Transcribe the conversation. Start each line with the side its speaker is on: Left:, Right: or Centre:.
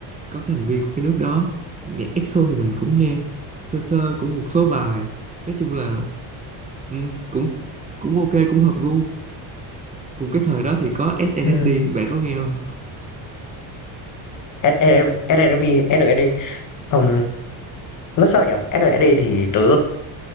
Right: có cái thành viên của cái nước đó. Nhạc EXO thì mình cũng nghe sơ sơ cũng một số bài. Nói chung là ừ, cũng cũng ok cũng hợp gu. Cùng cái thời đó thì có SNSD
Left: Ừm.
Right: bạn có nghe không?
Left: SE SNMP, SNSD, ừm, nói sao nhỉ? SNSD thì tớ